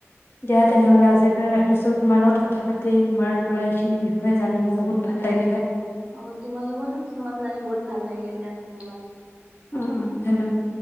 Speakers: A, on the left; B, on the right.
A: দিয়া তেনেহ'লে আজিৰ কাৰণে ৰাখিছোঁ তোমাৰ লগত কথা পাতি তোমাৰ পৰা এইখিনি বিভি হয়, জানি মোৰ বহুত ভাল লাগিলে।
B: অ তোমাৰ লগতো কিছুমান জানি বহুত ভাল লাগিলে দিয়া ধন্যবাদ।
A: উম, উম ধন্যবাদ।